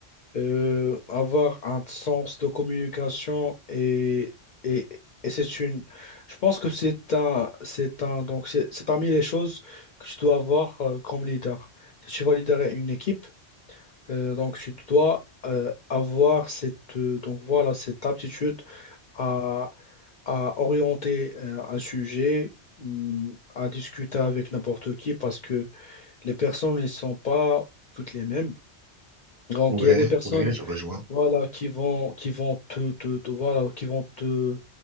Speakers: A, on the left (about 50°); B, on the right (about 20°).
A: euh, avoir un sens de communication et, et, et c'est une je pense que c'est un c'est un donc c'est c'est parmi les choses que tu dois avoir euh, comme leader. Si tu vas leader une équipe, euh, donc tu dois euh, avoir cette euh, donc voilà cette aptitude à à orienter euh, un sujet, hum, à discuter avec n'importe qui parce que les personnes ne sont pas toutes les mêmes. Donc,
B: Ouais,
A: il y a des personnes
B: ouais, je rejoins.
A: voilà, qui vont, qui vont te, te- te- voilà, qui vont te